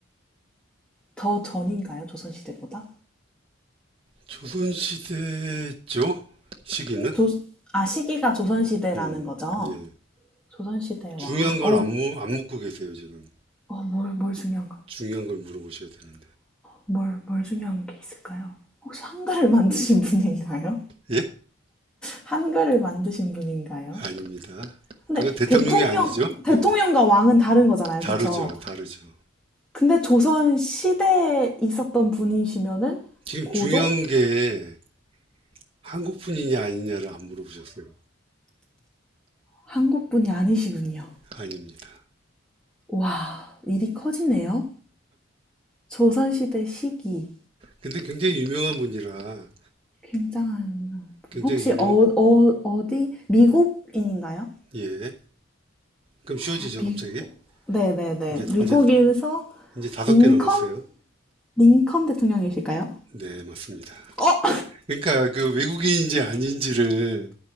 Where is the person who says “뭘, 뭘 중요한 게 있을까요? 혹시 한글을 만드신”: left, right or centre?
Centre